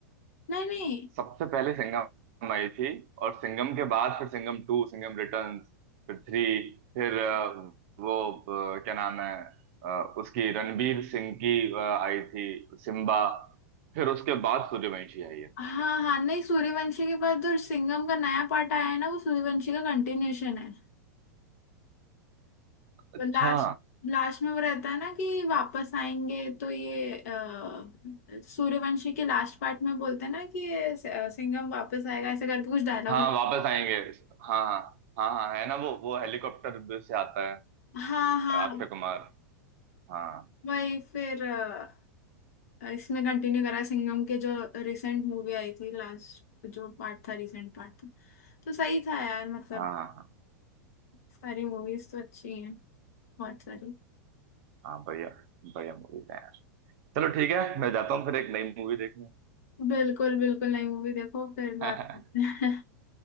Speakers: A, on the left; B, on the right.
A: नहीं नहीं
B: सबसे पहले सिंघम आई थी और सिंघम के बाद फिर सिंघम टू सिंघम रिटर्न्स फिर थ्री फिर अ, वो अ, क्या नाम है अ, उसकी रणबीर सिंह की अ, आई थी सिम्बा फिर उसके बाद सूर्यवंशी आई है
A: हाँ हाँ नहीं सूर्यवंशी के बाद जो सिंघम का नया पार्ट आया है ना वो सूर्यवंशी का कंटिन्यूशन है
B: अच्छा
A: पर लास्ट लास्ट में वो रहता है ना कि वापस आएंगे तो ये अ, सूर्यवंशी के लास्ट पार्ट में बोलते हैं ना कि ये सि- अ, सिंघम वापस आएगा ऐसे करके कुछ डायलॉग
B: हाँ वापस आएंगे हाँ हाँ हाँ हाँ है ना वो वो हेलीकॉप्टर से आता है
A: हाँ हाँ
B: अक्षय कुमार हाँ
A: वही फिर अ, इसमें कंटिन्यू करा सिंघम के जो रिसेंट मूवी आई थी लास्ट जो पार्ट था रिसेंट पार्ट था तो सही था यार मतलब
B: हाँ हाँ हाँ
A: सारी मूवीज तो अच्छी हैं बहुत सारी
B: हाँ, बढ़िया बढ़िया मूवीज है यार चलो ठीक है मैं जाता हूँ फिर एक नई मूवी देखने
A: बिल्कुल बिल्कुल नई मूवी देखो फिर
B: <laughs>
A: बात करते हैं